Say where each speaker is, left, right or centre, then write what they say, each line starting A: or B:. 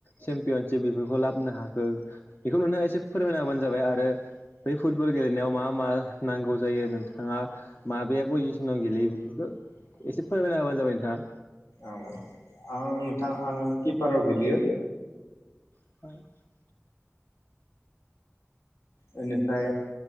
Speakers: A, on the left; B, on the left.
A: चेम्पियनशिप बेफोरखौ लाबोनो हाखो बेखौ नोंथाङा एसे फोरमायना होबानो जाबाय आरो बे फुटबल गेलेनायाव मा मा नांगौ जायो नोंथाङा माबे पजिसनाव गेलेयो बेफोरखौ एसे फोरमायना होबानो जाबाय नोंथाङा।
B: औ आ आं नोंथां आङो किपाराव गेलेयो।
A: <inaudible>
B: बेनिफ्राय